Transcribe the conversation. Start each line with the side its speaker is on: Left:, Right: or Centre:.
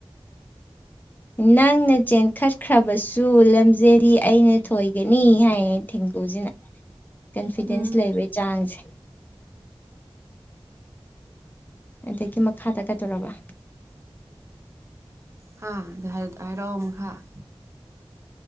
Left: ꯅꯪꯅ ꯆꯦꯟꯈꯠꯈ꯭ꯔꯕꯁꯨ ꯂꯝꯖꯦꯜꯗꯤ ꯑꯩꯅ ꯊꯣꯏꯒꯅꯤ ꯍꯥꯏꯌꯦ ꯊꯦꯡꯒꯨꯁꯤꯅ ꯀꯟꯐꯤꯗꯦꯟꯁ
Right: ꯎꯝ
Left: ꯂꯩꯕꯒꯤ ꯆꯥꯡꯁꯦ ꯑꯗꯒꯤ ꯃꯈꯥꯗ ꯀꯩꯗꯧꯔꯕ
Right: ꯍꯥꯏꯥꯏꯔꯛ ꯑꯃꯈꯥꯛ